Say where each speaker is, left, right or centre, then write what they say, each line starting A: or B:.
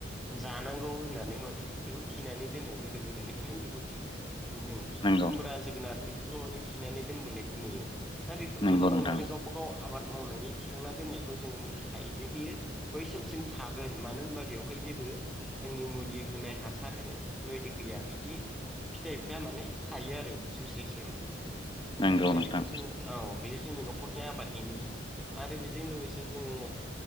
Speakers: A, in the centre; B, on the left.
A: जानांगौ होननानै माने बेखौ थिनानै दोनो गोदो गोदायनिफ्रायनो बेखौ दिन दिन्दों
B: नंगौ
A: खुमब्रा जोगोनार बेफोरखौ माने थिनानै दोनबोनायखौ नुयो दा बेफोरखौ
B: नंगौ
A: जोङो
B: नोंथां
A: माने गावबाागाव आबाद मावनानै थिखांना दोननायखौ जोङो मोनथिखायो जे बियो बै समसिम थागोन मानो होनबा बेवहाय जेबो जोंनि मुलि होनाय हासार होनाय बेफोरबायदि गैया बिदि फिथाइफ्रा माने थायो आरो बोसोरसेसिम
B: नंगौ
A: दा
B: नोंथां
A: बेखौ जोङो औ बे जोंनि न'खरथाया आबादनिनो आरो बेजों लोगोसे जोङो ओ